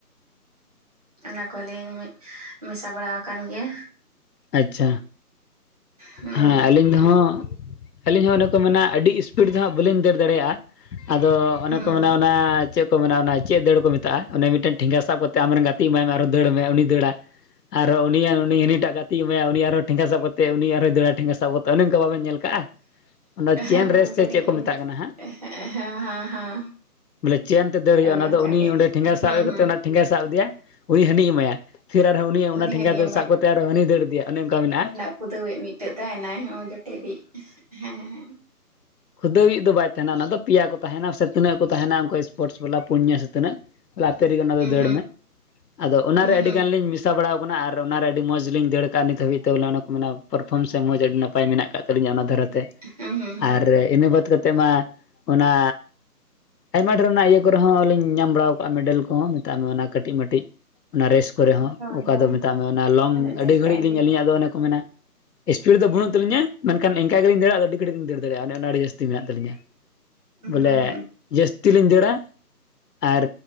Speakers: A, on the right; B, on the left.
A: ᱚᱱᱟ ᱠᱚᱦᱚᱞᱤᱧ ᱢᱮᱥᱟ ᱵᱟᱲᱟᱣ ᱠᱟᱱ ᱜᱮᱭᱟ
B: ᱟᱪᱷᱟ
A: ᱦᱩᱸ
B: ᱦᱮᱸ ᱟᱹᱞᱤᱧ ᱟᱦᱚᱸ ᱟᱹᱞᱤᱧ ᱦᱚᱸ ᱚᱱᱮ ᱠᱚ ᱢᱮᱱᱟ ᱟᱹᱰᱤ ᱤᱥᱯᱤᱰ ᱫᱚ ᱦᱟᱸᱜ ᱵᱟᱹᱞᱤᱧ ᱫᱟᱹᱲ ᱫᱟᱲᱮᱭᱟᱜᱼᱟ ᱟᱫᱚ ᱚᱱᱮ
A: ᱦᱩᱸ
B: ᱠᱚ ᱢᱮᱱᱟ ᱚᱱᱟ ᱪᱮᱫ ᱠᱚ ᱢᱮᱱᱟ ᱚᱱᱟ ᱪᱮᱫ ᱫᱟᱹᱲ ᱠᱚ ᱢᱮᱛᱟᱜᱼᱟ ᱢᱤᱫ ᱴᱮᱱ ᱴᱷᱮᱸᱜᱟ ᱥᱟᱵ ᱠᱟᱛᱮᱫ ᱟᱢ ᱨᱮᱱ ᱜᱟᱛᱮ ᱮᱢᱟᱭ ᱢᱮ ᱟᱨᱚ ᱫᱟᱹᱲ ᱢᱮ ᱩᱱᱤᱭ ᱫᱟᱹᱲᱟ ᱟᱨᱦᱚᱸ ᱩᱱᱤᱭᱟᱜ ᱩᱱᱤ ᱦᱟᱹᱱᱤᱴᱟᱜ ᱜᱟᱛᱮᱜ ᱮᱢᱟᱭᱟ ᱩᱱᱤ ᱟᱨᱦᱚᱸ ᱴᱷᱮᱸᱜᱟ ᱥᱟᱵ ᱠᱟᱛᱮᱜ ᱩᱱᱤ ᱟᱨᱦᱚᱭ ᱫᱟᱹᱲᱟ ᱴᱷᱮᱸᱜᱟ ᱥᱟᱵ ᱠᱟᱛᱮᱜ ᱚᱱᱮ ᱚᱝᱠᱟ ᱵᱟᱵᱮᱱ ᱧᱮᱞ ᱠᱟᱜᱼᱟ ᱚᱱᱟ
A: ᱦᱮᱸ
B: ᱪᱮᱱ ᱨᱮᱥ
A: ᱵᱟᱞᱩᱝ
B: ᱥᱮ ᱪᱮᱫ ᱠᱚ ᱢᱮᱛᱟᱜ ᱠᱟᱱᱟ ᱦᱟᱸᱜ
A: ᱦᱮᱸ ᱦᱮᱸ ᱦᱮᱸ
B: ᱵᱚᱞᱮ ᱪᱮᱱ ᱛᱮ ᱫᱟᱹᱲ ᱦᱩᱭᱩᱜᱼᱟ
A: ᱦᱳᱭ
B: ᱚᱱᱟᱫᱚ
A: ᱚᱱᱠᱟᱜᱮ
B: ᱩᱱᱤ ᱚᱸᱰᱮ ᱴᱷᱮᱸᱜᱟ ᱥᱟᱵ
A: ᱦᱩᱸ
B: ᱠᱟᱛᱮ
A: ᱦᱩᱸ
B: ᱚᱱᱟ ᱴᱷᱮᱸᱜᱟᱭ ᱥᱟᱵ ᱤᱫᱤᱭᱟ ᱩᱱᱤ ᱦᱟᱹᱱᱤ ᱮᱢᱟᱭᱟᱭ ᱯᱷᱤᱨ ᱟᱨᱦᱚᱸ ᱩᱱᱤᱭ ᱚᱱᱟ
A: ᱩᱱᱤ
B: ᱴᱷᱮᱸᱜᱟ
A: ᱦᱟᱹᱱᱤ
B: ᱫᱚ ᱥᱟᱵ ᱠᱟᱛᱮ ᱟᱨᱦᱚᱸ ᱦᱟᱹᱱᱤ ᱫᱟᱹᱲ ᱤᱫᱤᱭᱟ ᱚᱱᱮ ᱚᱝᱠᱟ ᱢᱮᱱᱟᱜᱼᱟ
A: ᱠᱩᱫᱟᱹᱭᱤᱜ ᱢᱤᱫ ᱴᱤᱜ ᱛᱟᱦᱮᱸᱱᱟᱭ ᱦᱚᱸ ᱡᱚᱴᱤ ᱫᱤᱜ ᱦᱮᱸ ᱦᱮᱸ
B: ᱠᱩᱫᱟᱹᱣᱭᱤᱜ ᱫᱚ ᱵᱟᱭ ᱛᱟᱦᱮᱸᱱᱟ ᱚᱱᱟ ᱫᱚ ᱯᱮᱭᱟ ᱠᱚ ᱛᱟᱦᱮᱸᱱᱟ ᱥᱮ ᱛᱱᱟᱹᱜ ᱠᱚ ᱛᱟᱦᱮᱱᱟ ᱩᱱᱠᱩ ᱥᱯᱳᱴᱥ ᱵᱟᱞᱟ ᱯᱩᱱᱭᱟᱹ ᱥᱮ ᱛᱤᱱᱟᱹᱜ ᱟᱯᱮ ᱨᱮᱜᱮ ᱚᱱᱟ ᱫᱚ
A: ᱦᱩᱸ
B: ᱫᱟᱹᱲ ᱢᱮ ᱟᱫᱚ ᱚᱱᱟᱨᱮ
A: ᱦᱩᱸ
B: ᱟᱹᱰᱤᱜᱟᱱ
A: ᱦᱩᱸ
B: ᱞᱤᱧ ᱢᱤᱥ ᱢᱮᱥᱟ ᱵᱟᱲᱟᱣ ᱠᱟᱱᱟ ᱟᱨ ᱚᱱᱟᱨᱮ ᱟᱹᱰᱤ ᱢᱚᱡᱽ ᱞᱤᱧ ᱫᱟᱹᱲ ᱠᱟᱜᱼᱟ ᱱᱤᱛ ᱦᱟᱹᱵᱤᱡ ᱛᱮ ᱵᱚᱞᱮ ᱚᱱᱟ ᱠᱚ ᱢᱚᱱᱮ ᱯᱚᱨᱯᱷᱚᱢ ᱥᱮ ᱢᱚᱡᱽ ᱟᱹᱰᱤ ᱱᱟᱯᱟᱭ ᱢᱮᱱᱟᱜ ᱠᱟᱜ ᱛᱟᱹᱞᱤᱧᱟ ᱚᱱᱟ ᱫᱷᱟᱨᱟᱛᱮ
A: ᱦᱩᱸ ᱦᱩᱸ ᱦᱩᱸ
B: ᱟᱨ ᱤᱱᱟᱹ ᱵᱟᱫ ᱠᱟᱛᱮᱜ ᱢᱟ ᱚᱱᱟ ᱟᱭᱢᱟ ᱰᱷᱮᱨ ᱚᱱᱟ ᱤᱭᱟᱹ ᱠᱚᱨᱮ ᱦᱚᱸ ᱞᱤᱧ ᱧᱟᱢ ᱵᱟᱲᱟ ᱠᱟᱜᱼᱟ ᱢᱮᱰᱮᱞ ᱠᱚᱦᱚᱸ ᱢᱮᱛᱟᱜ ᱢᱮ ᱚᱱᱟ ᱠᱟᱹᱴᱤᱡ ᱢᱟᱴᱤᱡ ᱚᱱᱟ ᱨᱮᱥ ᱠᱚᱨᱮ ᱦᱚᱸ
A: ᱦᱳᱭ
B: ᱚᱠᱟ
A: ᱦᱳᱭ
B: ᱫᱚ ᱢᱮᱛᱟᱜ ᱢᱮ ᱚᱱᱟ ᱞᱚᱝ
A: ᱟᱨᱚ
B: ᱟᱹᱰᱤ
A: ᱪᱮᱥᱴᱟᱭ
B: ᱜᱷᱟᱹᱲᱤᱡ ᱞᱤᱧ
A: ᱵᱤᱱ
B: ᱟᱹᱞᱤᱧᱟᱜ ᱫᱚ ᱚᱱᱮ ᱠᱚ ᱢᱮᱱᱟ ᱤᱥᱯᱤᱰ ᱫᱚ ᱵᱟᱹᱱᱩᱜ ᱛᱟᱹᱞᱤᱧ ᱟ ᱢᱮᱱ ᱠᱷᱟᱱ ᱤᱝᱠᱟ ᱜᱮᱞᱤᱧ ᱫᱟᱹᱲᱟ ᱟᱫᱚ ᱟᱹᱰᱤ ᱯᱤᱰ ᱞᱤᱧ ᱫᱟᱹᱲ ᱫᱟᱲᱮᱭᱟᱜᱼᱟ ᱚᱱᱮ ᱚᱱᱟ ᱟᱹᱰᱤ ᱡᱟᱹᱥᱛᱤ ᱢᱮᱱᱟᱜ ᱛᱟᱹᱤᱧᱟ
A: ᱦᱩᱸ
B: ᱵᱚᱞᱮ
A: ᱦᱩᱸ
B: ᱡᱟᱹᱥᱛᱤ ᱞᱤᱧ ᱫᱟᱹᱲᱟ ᱟᱨ